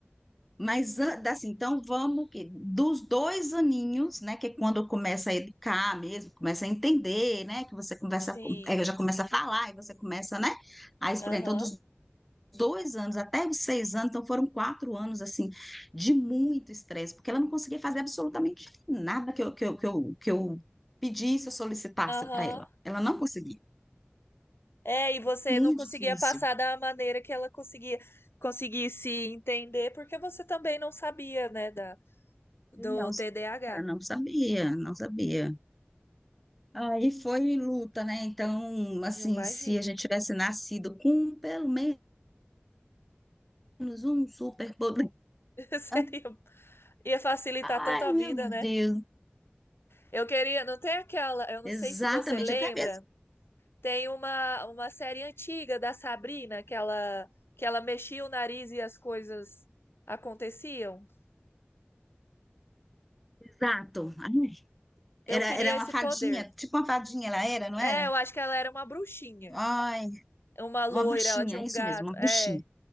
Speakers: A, in the centre; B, on the left.
A: Mas an- assim, então vamos que dos dois aninhos, né, que é quando começa a educar mesmo, começa a entender, né, que você conversa,
B: sim,
A: com- é, já começa a falar e você começa, né, a explicar.
B: aham,
A: Então, dos dois anos até os seis anos, então foram quatro anos assim de muito estresse, porque ela não conseguia fazer absolutamente nada que eu, que eu, que eu, que eu pedisse ou solicitasse
B: aham.
A: para ela. Ela não conseguia.
B: É, e você
A: Muito
B: não conseguia
A: difícil.
B: passar da maneira que ela conseguia conseguisse entender, porque você também não sabia, né, da, do
A: Não,
B: TDAH.
A: ela não sabia, não sabia. Aí foi luta, né? Então, assim,
B: Eu imagino.
A: se a gente tivesse nascido com pelo menos um superpoder.
B: <laughs> Seria,
A: <laughs>
B: ia facilitar
A: Ai,
B: tanto a vida,
A: meu
B: né?
A: Deus.
B: Eu queria, não tem aquela, eu não
A: Exatamente,
B: sei se você lembra,
A: até mesmo.
B: tem uma, uma série antiga da Sabrina que ela, que ela mexia o nariz e as coisas aconteciam.
A: Exato. Ai, Era,
B: Eu queria
A: era uma
B: esse
A: fadinha,
B: poder.
A: tipo uma fadinha ela era, não
B: É,
A: era?
B: eu acho que ela era uma bruxinha,
A: Ai,
B: uma loira,
A: uma bruxinha,
B: ela tinha um
A: isso
B: gato.
A: mesmo, uma
B: É.
A: bruxinha.